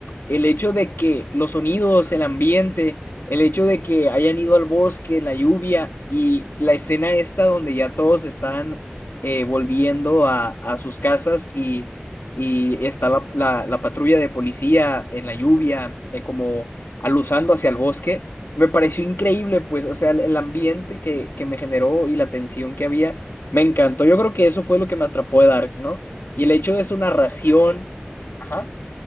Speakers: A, on the left; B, on the left.
A: el hecho de que los sonidos, el ambiente, el hecho de que hayan ido al bosque, la lluvia y la escena esta donde ya todos están eh, volviendo a, a sus casas y, y está la, la- la patrulla de policía en la lluvia, eh, como aluzando hacia el bosque. Me pareció increíble, pues, o sea, el, el ambiente que, que me generó y la tensión que había. Me encantó. Yo creo que eso fue lo que me atrapó de Dark, ¿no? Y el hecho de su narración.
B: Sí, yo creo que
A: Ajá,